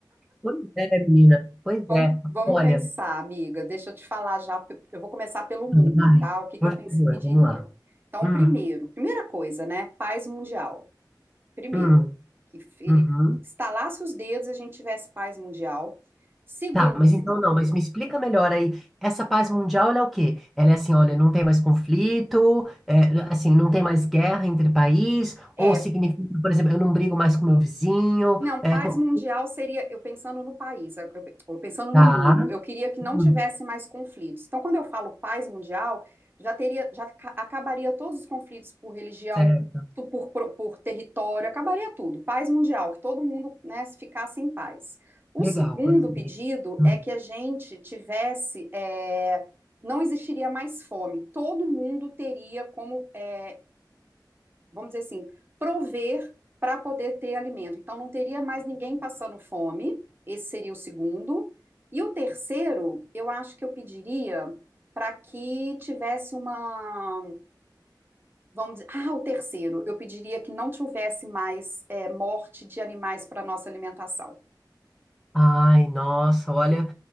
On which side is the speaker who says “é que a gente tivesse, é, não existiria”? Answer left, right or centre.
Right